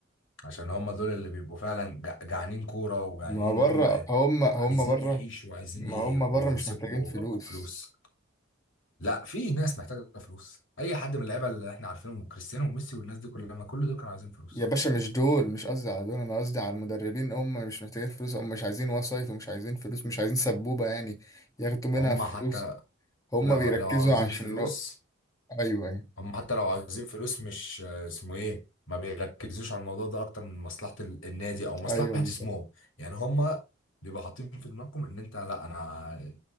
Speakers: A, on the left; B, on the left.
A: عشان هم دول اللي بيبقوا فعلا جع- جعانين كورة وجعانين
B: ما
A: ان
B: بره
A: هم
B: هم
A: عايزين
B: هم بره
A: يعيشوا وعايزين
B: ما
A: يبقوا
B: هم بره مش
A: يمسكوا
B: محتاجين فلوس
A: فلوس لا في ناس محتاجة فلوس اي حد من اللعيبة اللي احنا عارفينهم كريستيانو وميسي والناس دي كلها ما كل دول كانوا عايزين فلوس
B: يا باشا مش دول مش قصدي على دول انا قصدي على المدربين هم مش محتاجين فلوس هم مش عايزين وسايط ومش عايزين فلوس مش عايزين سبوبة يعني ياخدوا منها
A: هم
B: فلوس
A: حتى
B: هم
A: لو
B: بيركزوا
A: لو عاوزين
B: عشان
A: فلوس
B: نق- ايوه ايوه
A: هم حتى لو عايزين فلوس مش آه، اسمه ايه ما بيركزوش على الموضوع ده اكتر من مصلحة ال- النادي او مصلحة
B: ايوه بالظبط
A: اسمهم يعني هم بيبقى حاطين في دماغكم ان انت لا انا